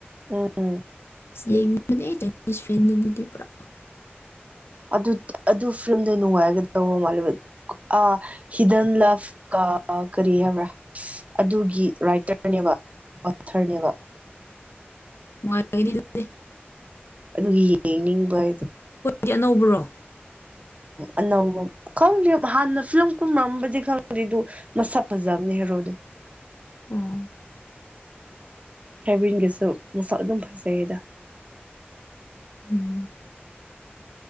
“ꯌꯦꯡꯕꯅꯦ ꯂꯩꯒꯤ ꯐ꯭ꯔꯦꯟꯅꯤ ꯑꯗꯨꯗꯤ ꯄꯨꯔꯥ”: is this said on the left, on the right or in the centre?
Left